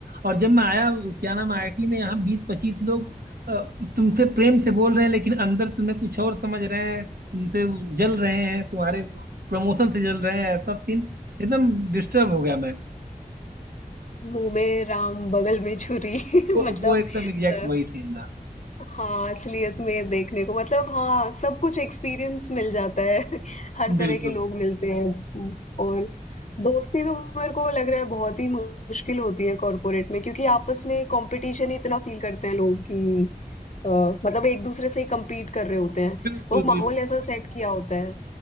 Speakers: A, on the right; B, on the left.
A: और जब मैं आया क्या नाम आई आई टी में यहाँ बीस पच्चीस लोग अ, तुमसे प्रेम से बोल रहे हैं लेकिन अंदर तुम्हें कुछ और समझ रहे हैं तुमसे जल रहे हैं तुम्हारे प्रमोशन से जल रहे हैं ऐसा सीन एकदम डिस्टर्ब हो गया मैं
B: मुँह में राम, बगल में छुरी <laughs>
A: वो
B: मतलब
A: वो एकदम एग्जैक्ट
B: अ
A: वही सीन था
B: हाँ, असलियत में देखने को मतलब हाँ, सब कुछ एक्सपीरियंस मिल जाता है। <laughs> हर तरह
A: बिल्कुल
B: के लोग मिलते हैं उम, और दोस्ती तो मेरे को लग रहा है बहुत ही मुश्किल होती है कॉर्पोरेट में क्योंकि आपस में कॉम्पिटिशन ही इतना फ़ील करते हैं लोग कि अ, मतलब एक-दूसरे से ही कम्पीट कर रहे होते हैं।
A: बिल्कुल
B: वो माहौल
A: बिल्कुल
B: ऐसा
A: बिल्कुल
B: सेट
A: बिल्कुल
B: किया होता है,